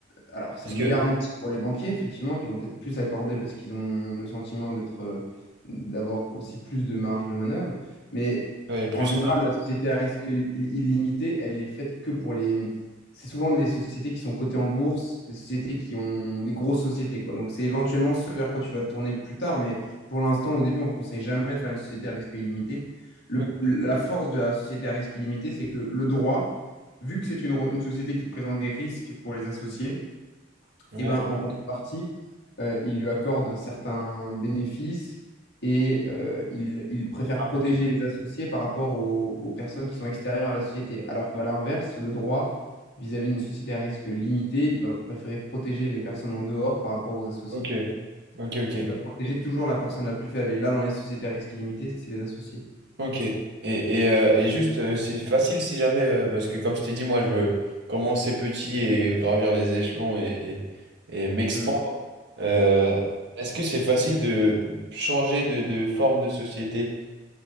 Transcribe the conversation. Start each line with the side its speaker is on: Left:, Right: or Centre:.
Left: alors c'est
Right: Parce
Left: une
Right: que
Left: garantie pour les banquiers, effectivement, qui vont peut-être plus accorder parce qu'ils ont le sentiment d'être, euh, d'avoir aussi plus de marge de manœuvre. Mais
Right: ouais, plus.
Left: en général, la société à risque il- il- illimité, elle est faite que pour les... C'est souvent des sociétés qui sont cotées en bourse, des sociétés qui ont des grosses sociétés, quoi. Donc c'est éventuellement ce vers quoi tu vas te tourner plus tard, mais pour l'instant, au début, on ne conseille jamais de faire une société à risque illimité. Le-
Right: Ok.
Left: la force de la société à risque illimité, c'est que le droit vu que c'est une, une société qui présente des risques pour les associés,
Right: Ouais.
Left: eh ben, en contrepartie, euh, il lui accorde certains bénéfices et euh, il, il préfère
Right: Ah,
Left: protéger
Right: pour-
Left: les associés par rapport aux, aux personnes qui sont extérieures à la société. Alors qu'à l'inverse, le droit vis-à-vis d'une société à risque limité, il va préférer protéger les personnes en dehors par rapport aux associés.
Right: Ok, ok, ok.
Left: Il va protéger toujours la personne la plus faible. Et là, dans les sociétés à risque illimité, c'est les associés.
Right: Ok. Et, et, euh, et juste, euh, c'est facile si jamais, euh, parce que comme je t'ai dit, moi, je veux commencer petit et gravir les échelons et, et, et m'expandre.
Left: Mm.
Right: Euh, est-ce que c'est facile de changer de, de forme de société?